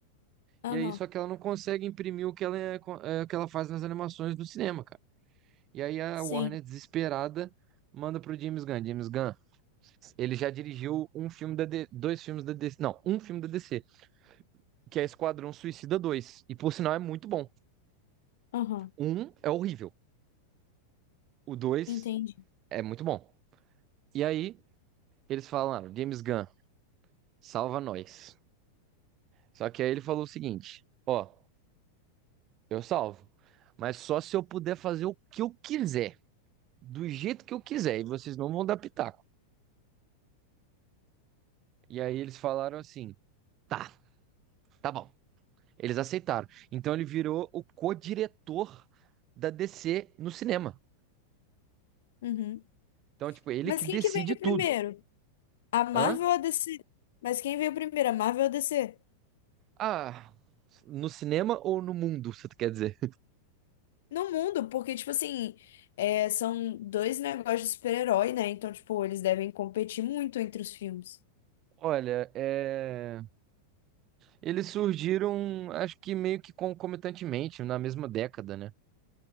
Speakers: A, on the left; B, on the right.
A: Aham.
B: E aí, só que ela não consegue imprimir o que ela, é, co- é, o que ela faz nas animações do cinema, cara. E aí a
A: Sim.
B: Warner, desesperada, manda pro James Gunn. James Gunn, ele já dirigiu um filme da D- dois filmes da DC, não, um filme da DC, que é Esquadrão Suicida 2, e por sinal é muito bom.
A: Aham.
B: Um é horrível, o dois
A: Entendi.
B: é muito bom. E aí eles falaram, James Gunn, salva nós. Só que aí ele falou o seguinte, ó, eu salvo, mas só se eu puder fazer o que eu quiser, do jeito que eu quiser, e vocês não vão dar pitaco. E aí eles falaram assim, tá, tá bom. Eles aceitaram. Então ele virou o co-diretor da DC no cinema.
A: Uhum.
B: Então, tipo, ele
A: Mas
B: que decide
A: quem que veio
B: tudo.
A: primeiro? A Marvel
B: Hã?
A: ou a DC? Mas quem veio primeiro, a Marvel ou a DC?
B: Ah, no cinema ou no mundo, você quer dizer?
A: No mundo, porque, tipo assim, é, são dois negócios de super-herói, né? Então, tipo, eles devem competir muito entre os filmes.
B: Olha, é... eles surgiram, acho que meio que concomitantemente, na mesma década, né?